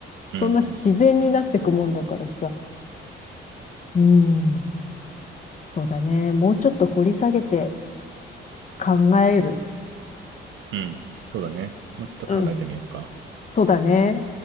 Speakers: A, on the right; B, on the left.
A: うん。
B: そんな自然になってくもんだからさ。うん。そうだね。もうちょっと掘り下げて考える。
A: うん。そうだね。もうちょっと考えてみようか。
B: うん。そうだね。